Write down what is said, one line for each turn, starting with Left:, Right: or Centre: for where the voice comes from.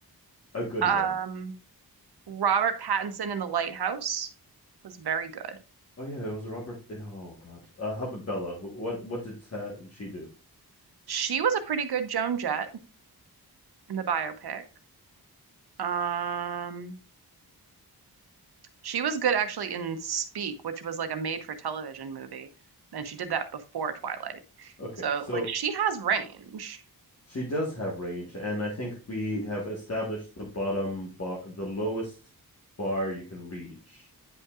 Left: a good
Right: Um,
Left: one.
Right: Robert Pattinson in The Lighthouse was very good.
Left: Oh yeah, it was Robert. eh, Oh God, uh, how about Bella? Wh- What what did uh, she do?
Right: She was a pretty good Joan Jett in the biopic. Um, She was good actually in Speak, which was like a made-for-television movie, and she did that before Twilight.
Left: Okay,
Right: So
Left: so
Right: like she has range.
Left: she does have range, and I think we have established the bottom bar, the lowest bar you can reach